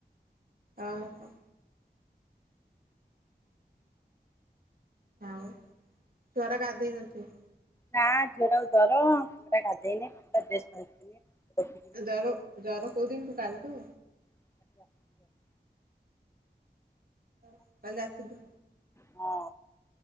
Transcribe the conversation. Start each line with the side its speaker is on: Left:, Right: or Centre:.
Right: ଅ ହ। ଆଉ ଛୁଆ ଟା ଗାଧେଇ ନଥିବା।
Left: ଟା ଝିଅଟା କୁ ଜର ଝିଅଟା ଗାଧେଇନି <unintelligible>
Right: ଜର ଜର କୋଉ ଦିନ ଠୁ କାଲିଠୁ?
Left: <unintelligible>
Right: ହଁ, କାଲି ରାତିଠୁ।
Left: ହଁ।